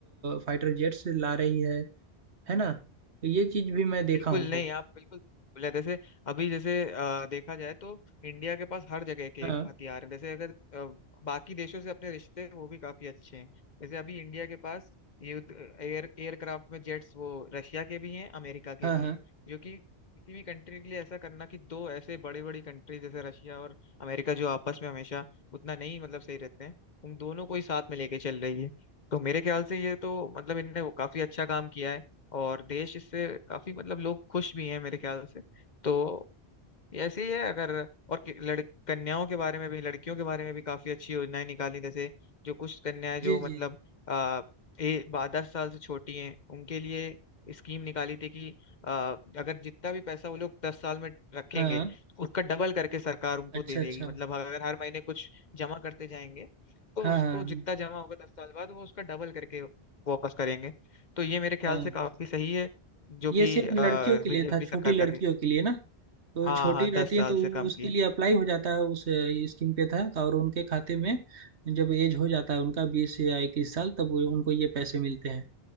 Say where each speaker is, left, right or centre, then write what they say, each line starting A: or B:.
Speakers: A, on the right; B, on the left.
A: फाइटर जेट्स ला रही है है ना तो ये चीज भी मैं देखा
B: बिल्कुल
A: हूँ बहुत
B: नहीं आप बिल्कुल बोले जैसे अभी जैसे अ, देखा जाए तो इंडिया के पास हर जगह के
A: हाँ
B: हथियार हैं जैसे अगर अ, बाकी देशों से अपने रिश्ते हैं, वो भी काफी अच्छे हैं जैसे अभी इंडिया के पास युद्ध एयर एयरक्राफ्ट में जेट्स वो रशिया के भी हैं अमेरिका के
A: हाँ
B: भी
A: हाँ
B: हैं जो कि किसी भी कंट्री के लिए ऐसा करना कि दो ऐसे बड़ी बड़ी कंट्री जैसे रशिया और अमेरिका जो आपस में हमेशा उतना नहीं मतलब सही रहते हैं उन दोनों को ही साथ में लेके चल रही है तो मेरे ख्याल से ये तो मतलब इनने वो काफी अच्छा काम किया है और देश इससे काफी मतलब लोग खुश भी हैं मेरे ख्याल से तो ये ऐसे ही है अगर और कि- लड़ कन्याओं के बारे में भी लड़कियों के बारे में भी काफी अच्छी योजनाएं निकाली जैसे जो कुछ कन्याएं जो
A: जी
B: मतलब
A: जी
B: आ, ए, बा- दस साल से छोटी हैं उनके लिए स्कीम निकाली थी कि आ, अगर जितना भी पैसा वो लोग दस साल में रखेंगे
A: हाँ
B: उसका डबल करके सरकार उनको
A: अच्छा
B: दे देगी
A: अच्छा
B: मतलब अगर हर महीने कुछ जमा करते जाएंगे तो
A: हाँ
B: उसको
A: हाँ हाँ
B: जितना जमा होगा दस साल बाद वो उसका डबल करके वापस करेंगे तो ये मेरे ख्याल
A: हाँ।
B: से काफी सही है जो
A: ये
B: कि
A: सिर्फ लड़कियों के लिए
B: बीजेपी
A: था छोटी
B: सरकार
A: लड़कियों
B: कर रही है
A: के लिए ना तो
B: हाँ
A: छोटी
B: हाँ
A: रहती
B: दस साल
A: है तो
B: से कम
A: उसके
B: की
A: लिए अप्लाई हो जाता है उस अ, स्कीम के तहत और उनके खाते में जब एज हो जाता है उनका बीस या इक्कीस साल तब वो- उनको ये पैसे मिलते हैं